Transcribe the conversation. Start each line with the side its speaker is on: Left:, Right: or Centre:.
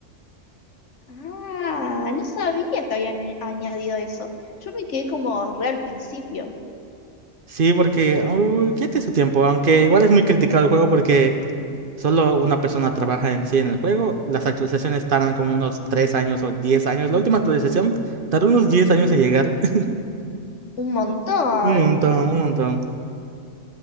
Left: Ah, no sabía que habían a- añadido eso. Yo me quedé como re al principio.
Right: Sí, porque uy, ya tiene su tiempo, aunque igual es muy criticado el juego porque solo una persona trabaja en sí en el juego. Las actualizaciones tardan como unos 3 años o 10 años. La última actualización tardó unos 10 años en llegar. <laughs>
Left: Un montón.
Right: Un montón, un montón.